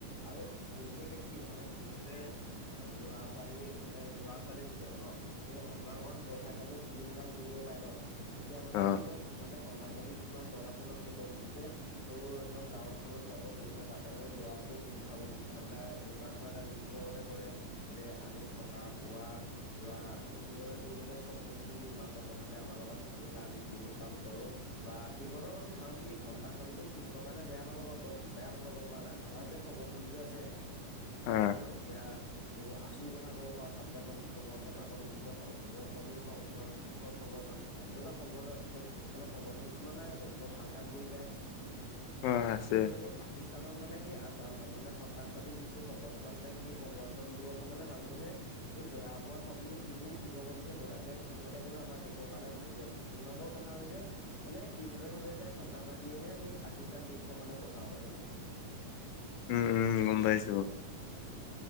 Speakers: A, on the left (about 45°); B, on the left (about 80°).
A: আৰু সৰুতে এতিয়া কি হয়, মানে সৰুতে ল'ৰা-ছোৱালী মানে ল'ৰা-ছোৱালী বোৰকে ন, ত অকমান অকমান পইচা কাৰণেও যিকোনো কাম কৰি দিব পাৰে ন, তেতিয়া মানে
B: অ
A: কি কয় সিহঁতে সন্ত্ৰাসবাদী কিছুমান দল আছে ন সেই দলবোৰকে তোৰ একদম গাঁও অঞ্চলত যাব গৈ পেলাই তাত তাৰ মানে ল'ৰাবোৰক গোট খুৱাব, গোট খাই পেলাই এনেকুৱা ধৰ এটা মিটিংৰগতে কৰে যে আমি থকা পুৰা ইনজয় কৰিব চব বস্তু দিম মাত্ৰ তহতে আমাৰ লগত থাকি পেলাই আমি যিবোৰ ক কৰো বা সিহঁতৰ মানে ধাৰণটো কি সন্ত্ৰাসবাদীটো সিহঁতৰ কাৰণে বেয়া নহ বেয়া নহয়। আমাৰ যে সংগঠন বো যে আছে,
B: অ
A: ধৰ এতিয়া এইবোৰ আচুৰ কথা ক'ব পাৰ, ছাত্ৰ সংগঠন আকৌ বিভিন্ন শ্ৰমিক সংগঠন, শিক্ষক সংগঠন, এনেকুৱা সংগঠ দ মানে সংগঠন কিছুমান নাই জানো ধৰ ভাল কাম কৰি যায়।
B: অ আছে
A: সেই সিহঁতে পাকিস্তান তাহুনৰ মানে সেই মানে সন্ত্ৰাসবাদী যিটো সংগঠন আছে সেই সংগঠনবোৰকো মানে মানুহে তো বেয়া পোৱা সলনি সিবোৰ উদগনিহে জনায়, যে ইহঁতে কিন্তু আমাৰ দেশৰ কাৰণে ভালকৈ আছে। সিহঁতক কথা হৈছে, মানে সিহঁতে ভাবে যে সন্ত্ৰাসবাদীয়েহে সেই পাকিস্তান দেশখন মানে বচাব পাৰিব।
B: উম উম গম পাইছো।